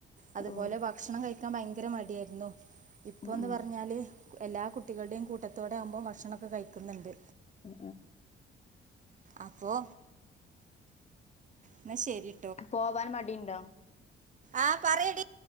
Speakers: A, on the right; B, on the left.
A: അതുപോലെഭ
B: ഓ
A: ക്ഷണം കഴിക്കാൻ ഭയങ്കര മടിയാര് ന്നു. ഇപ്പൊന്ന്
B: ഉം ഉം
A: പർഞ്ഞാല് എല്ലാ കുട്ടികൾടെയും കൂട്ടത്തോടെ ആവുമ്പോ ഭക്ഷണൊക്കെ കഴിക്ക് ന്ന്‌ണ്ട്.
B: മ്.
A: അപ്പൊ ഇന്നാ ശെരി
B: പോവാൻ മടിണ്ടോ?
A: ആ പറയെടി.